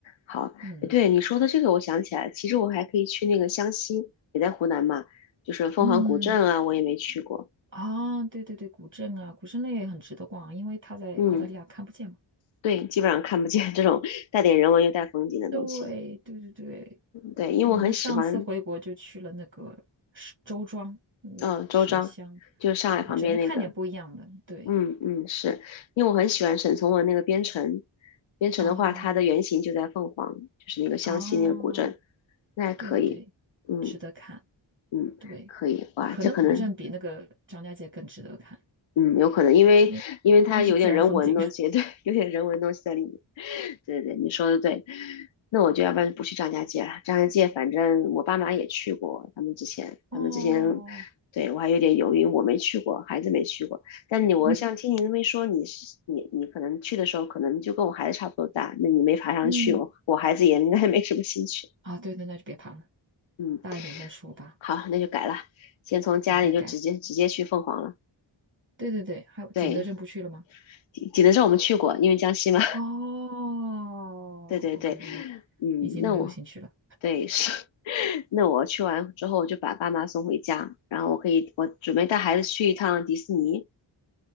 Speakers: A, on the left; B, on the right.
A: 好，
B: 嗯
A: 诶对你说的这个，我想起来，其实我还可以去那个湘西，也在湖南嘛，就是凤凰古镇啊，
B: 嗯，
A: 我也没去过。
B: 啊，对对对，古镇啊，古镇类也很值得逛啊因为它在澳大利亚看不见嘛。
A: 嗯，对，基本上看不见这种带点人文又带风景的东西。
B: 对对对对，
A: 对，因为我很喜欢，
B: 我们上次回国就去了那个石周庄，那个水乡
A: 嗯、周庄，就是上海旁边那个，
B: 古镇，就看点不一样的。对，
A: 嗯嗯，是因为我很喜欢沈从文那个《边城》，《边城》的话，
B: 哦
A: 它的原型就在凤凰，就是那个湘西那个古镇，
B: 哦，
A: 那还可以。
B: 对对对，
A: 嗯
B: 值得看。
A: 嗯，
B: 对，
A: 可以。哇，
B: 可能古镇比那个张家界更值得看，
A: 这可能嗯，有可能，因为因为它有点人文东西，
B: 因那是自然风景。
A: <laughs> 对，有点人文东西在里面。对对对，你说的对。那我就要不然就不去张家界了。张家界反正我爸妈也去过，他们之前他们之前
B: <laughs> 哦，
A: 对我还有点犹豫，我没去过，孩子没去过。但你我像听你那么一说，
B: 嗯
A: 你是你你可能去的时候，可能就跟我孩子差不多大，那你没爬上去，
B: 嗯。
A: 我我孩子也应该没什么兴趣。
B: 啊，对对，那就别爬了，
A: 嗯，
B: 大一点再说吧。
A: 好，那就改了，先从家里就直接直接去凤凰了。
B: 改改改，对对对，还有景德镇不去了吗？
A: 对，济济南是我们去过，因为江西嘛。
B: 哦，OK
A: 对对对，
B: OK，
A: 嗯，
B: 已经没有兴趣了。
A: 那我对是，<laughs> 那我去完之后我就把爸妈送回家，然后我可以我准备带孩子去一趟迪士尼，